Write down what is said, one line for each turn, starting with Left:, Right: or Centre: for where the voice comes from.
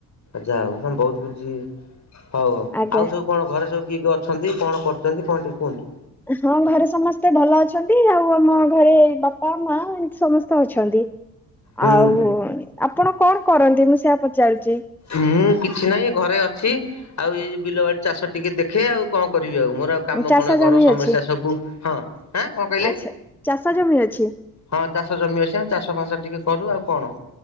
Left: ଯାହା ହଉ ତମେ ବହୁତ କିଛି ହଉ ହଉ
Centre: ଆଜ୍ଞା।
Left: ଆଉ ସବୁ କଣ ଘରେ ସବୁ କିଏ କିଏ ଅଛନ୍ତି କଣ କରୁଛନ୍ତି କଣ ଟିକେ କୁହନ୍ତୁ।
Centre: ହଁ ଘରେ ସମସ୍ତେ ଭଲ ଅଛନ୍ତି ଆଉ ଆମ ଘରେ ବାପା ମା ଏ ସମସ୍ତେ ଅଛନ୍ତି।
Left: ହୁଁ।
Centre: ଆଉ ଆପଣ କଣ କରନ୍ତି ମୁଁ ସେଆ ପଚାରୁଛି?
Left: ମୁଁ କିଛି ନାହିଁ ଘରେ ଅଛି। ଆଉ ଏଇ ଯଉ ବିଲ ବାଡି ଚାଷ ଟିକେ ଦେଖେ ଆଉ କଣ କରିବି ଆଉ ମୋରଉ କାମ
Centre: ଚାଷ
Left: କଣ
Centre: ଜମି
Left: ଘର ସମସ୍ୟା
Centre: ଅଛି
Left: ସବୁ ହଁ ଆଁ କଣ କହିଲେ।
Centre: ଆଚ୍ଛା ଚାଷ ଜମି ଅଛି।
Left: ହଁ ଚାଷ ଜମି ଅଛି ଚାଷ ଫାସ ଟିକେ କରୁ ଆଉ କଣ?